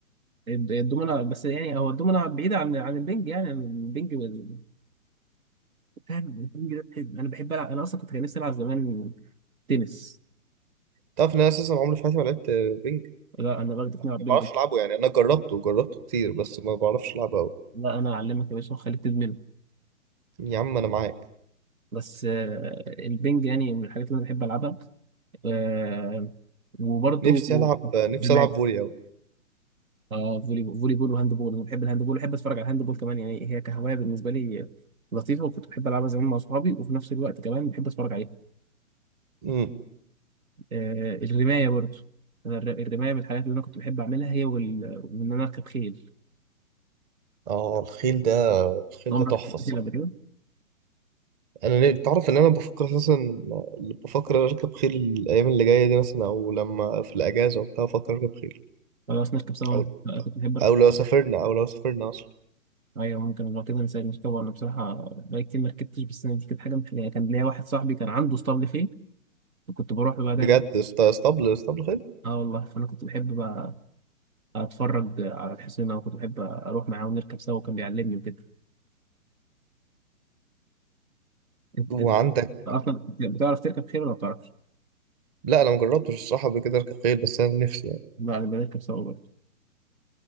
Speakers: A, on the right; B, on the right.
A: الد- الدومنة بس يعني هو الدومنة بعيدة عن عن البينج يعني البينج وال- فاهم البينج ده بحب أنا بحب ألعب أنا أصلا كنت نفسي ألعب زمان تنس
B: تعرف ان انا اساسا عمري في حياتي ما لعبت بينج
A: لا أنا برضه ألعب
B: ما
A: بينج
B: بعرفش العبه يعني انا جربته جربته كتير بس ما بعرفش العبه قوي
A: لا أنا أعلمك يا باشا وأخليك تدمنه
B: يا عم انا معاك
A: بس آه، البينج يعني من الحاجات اللي أنا بحب ألعبها آه، وبرضه
B: نفسي العب نفسي
A: دماغ
B: العب فولي قوي
A: اه فولي بول فولي بول وهاند بول انا بحب الهاند بول وبحب اتفرج على الهاند بول كمان يعني هي كهوايه بالنسبه لي لطيفه وكنت بحب العبها زمان مع اصحابي وفي نفس الوقت كمان بحب اتفرج عليها
B: امم
A: آه الرمايه برضو أنا الر- الرمايه من الحاجات اللي انا كنت بحب اعملها هي وال... وان انا اركب خيل
B: اه الخيل ده الخيل
A: عمرك
B: ده تحفه
A: ركبت
B: الصراحه
A: خيل قبل كده
B: انا ليه تعرف ان انا بفكر اساسا بفكر اركب خيل الايام اللي جايه دي مثلا او لما في الاجازه وبتاع بفكر اركب خيل
A: خلاص نركب سوا
B: او
A: انا أنا كنت بحب اركب
B: او لو سافرنا او لو سافرنا اصلا
A: ايوه ممكن لو كده نسال نركب انا بصراحه بقالي كتير ما ركبتش بس أنا دي كانت حاجه من الحاجات. كان ليا واحد صاحبي كان عنده اسطبل خيل وكنت بروح له بقى دايما
B: بجد است- اسطبل اسطبل خيل
A: اه والله فانا كنت بحب بقى اتفرج على الحسين انا كنت بحب اروح معاه ونركب سوا وكان بيعلمني وكده انت
B: وعندك
A: انت اصلا بتعرف تركب خيل ولا ما بتعرفش؟
B: لا انا مجربتش الصراحه قبل كده اركب خيل بس انا نفسي يعني
A: لا انا بنركب سوا برضه